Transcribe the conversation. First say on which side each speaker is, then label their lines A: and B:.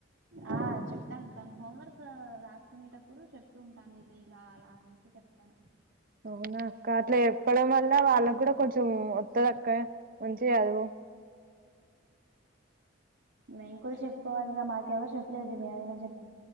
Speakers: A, on the right; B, on the right.
A: ఆ చెప్తాను తను హోంవర్క్ రా కునేటప్పుడు చెప్తూ ఉంటాను ఇది ఇలా అలా అనేసి చెప్తాను
B: అవునా అక్క అట్లా ఎప్పడం వల్ల వాళ్ళకి కూడా కొంచెం వత్తదక్క మంచి అదు
A: మేము కూడా చెప్పుకోవాలిగా మాకెవరు చెప్పలేదు మేమైనా చెప్ప